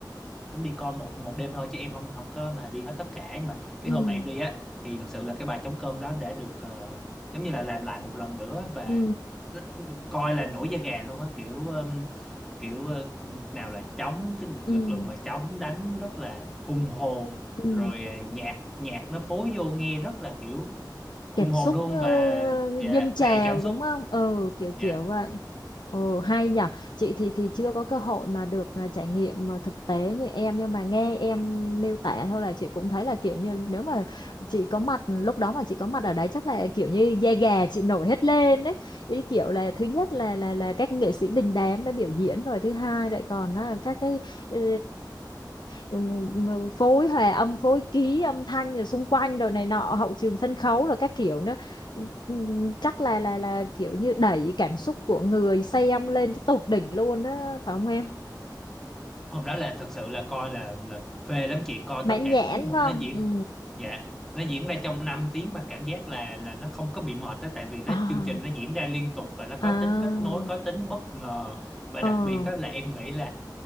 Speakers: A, in the centre; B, on the left.
A: cũng đi coi một một đêm thôi chứ em không không có mà đi hết tất cả nhưng mà cái
B: Ừ.
A: hôm mà em đi á thì thật sự là cái bài trống cơm đó đã được ờ, giống như là làm lại một lần nữa và
B: Ừ.
A: nó- ừ, coi là nổi da gà luôn á kiểu ừm, kiểu ờ, nào là trống cái
B: Ừ.
A: lực lượng mà trống đánh rất là hùng hồn
B: ừ.
A: rồi ờ, nhạc nhạc nó phối vô nghe rất là kiểu hùng
B: cảm
A: hồn
B: xúc
A: luôn
B: ờ,
A: và và
B: dâng trào
A: đầy cảm xúc
B: đúng không ừ kiểu
A: Dạ
B: kiểu vậy ừ hay nhở chị thì thì chưa có cơ hội mà được à, trải nghiệm mà thực tế như em nhưng mà nghe em miêu tả thôi là chị cũng thấy là kiểu như nếu mà chị có mặt lúc đó mà chị có mặt ở đấy chắc là kiểu như da gà chị nổi hết lên đấy ý kiểu là thứ nhất là là là các nghệ sĩ đình đám đã biểu diễn rồi thứ hai lại còn là các cái ờ, ừ, m- phối hòa âm phối ký âm thanh rồi xung quanh rồi này nọ hậu trường sân khấu rồi các kiểu nữa Ừ, chắc là là là kiểu như đẩy cảm xúc của người xem lên tới tột đỉnh luôn á phải không em
A: hôm đó là thật sự là coi là là phê lắm chị coi
B: mãn
A: tất cả
B: nhãn
A: các tiết mục
B: phải không
A: nó diễn
B: ừ
A: dạ nó diễn ra trong 5 tiếng mà cảm giác là là nó không có bị mệt đó tại vì nó
B: à,
A: chương trình nó diễn ra liên tục và nó
B: à,
A: có tính kết nối có tính bất ngờ và
B: ờ.
A: đặc biệt đó là em nghĩ là